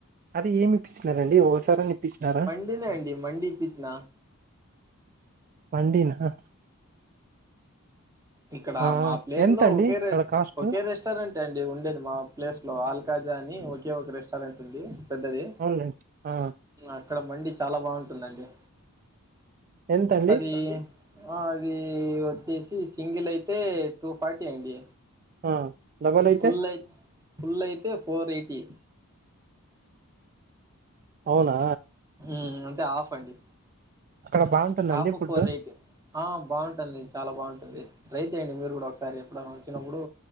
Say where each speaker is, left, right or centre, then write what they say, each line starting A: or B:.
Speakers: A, on the right; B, on the right.
A: అది ఏమి ఇప్పిస్తున్నారండి ఒకసారి అయిన ఇప్పించినార
B: లేదండి మల్లి ఇప్పించిన
A: మండినా
B: ఇక్కడ
A: ఆ
B: మా ప్లేస్
A: ఎంతండి
B: లో ఒకే
A: అక్కడ
B: రష్
A: కాస్ట్
B: ఒకే రెస్ రెస్టారెంట్ అండి ఉండేది మా ప్లేస్ లో ఆల్కాజ అని ఒకే ఒక రెస్టారెంట్ ఉంది పెద్దది
A: అవునులేండి ఆ
B: అక్కడ మండి చాలా బాగుంటుందండి
A: ఎంతండి
B: అది ఆ అది వచ్చేసి సింగిల్ అయితే టూ ఫార్టీ అండి
A: ఆ డబల్ అయితే
B: ఫుల్ అయి ఫుల్ అయితే ఫోర్ ఎయిటీ
A: అవునా
B: ఉమ్ అంటే హాఫ్ అండి
A: అక్కడ బాగుంటుందండి
B: హాఫ్
A: ఫుడ్
B: ఫోర్ ఎయిటీ ఆ బాగుంటుంది చాల బాగుంటుంది ట్రై చేయండి మీరు కూడ ఒకసారి ఎప్పుడన్న వచ్చినప్పుడు